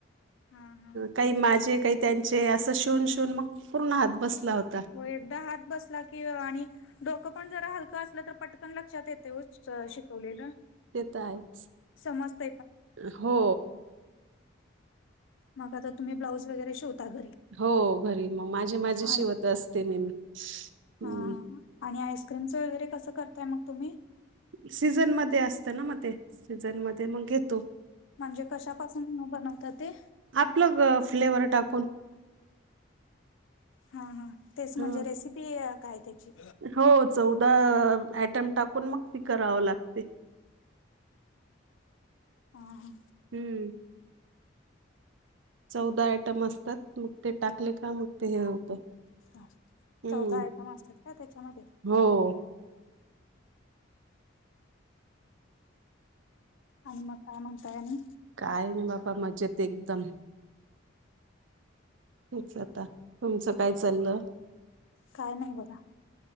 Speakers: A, on the left (about 75°); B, on the right (about 70°).
A: हां, हां.
B: काही माझे काही त्यांचे असं शिवून शिवून मग पूर्ण हात बसला होता.
A: हो एकदा हात बसला कि आणि डोकं पण जर हलकं असलं तर पटकन लक्षात येत. तेवच शिकवलेलं.
B: टाच <inaudible>
A: समस्त
B: हो
A: मग आता तुम्ही ब्लाऊज वगैरे शवता घरी
B: हो घरी मग माझे माझे शिवत
A: आणि
B: असते ने हम्.
A: हां, हां. आणि आईस्क्रीमचं वगैरे कसं करतय मग तुम्ही
B: सीझन मध्ये असत ना मग ते सीझन मध्ये मग घेतो.
A: म्हणजे कशापासून बनवतात ते
B: आपल फ्लेवर टाकून.
A: हा हा तेच म्हणजे
B: ह
A: रेसिपी काय त्याची
B: हो चौदा अऍटम टाकून मग ती कराव लागते.
A: ह हा
B: हम्म चौदा आयटम असतात मग ते टाकले का मग ते हे होतं.
A: ह
B: हम्म
A: चौदा आयटम असतात का त्याच्यामध्ये
B: हो
A: आणि मग काय म्हणताय आणि
B: काय नाही बाबा मजेत एकदम हेच आता तुमचं काय चाललं.
A: काय नाही बघा.